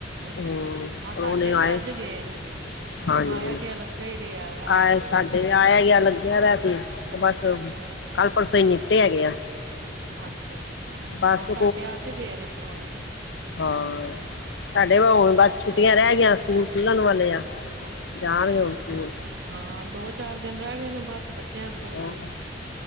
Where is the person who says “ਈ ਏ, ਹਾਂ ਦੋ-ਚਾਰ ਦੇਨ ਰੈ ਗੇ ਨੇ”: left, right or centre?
Right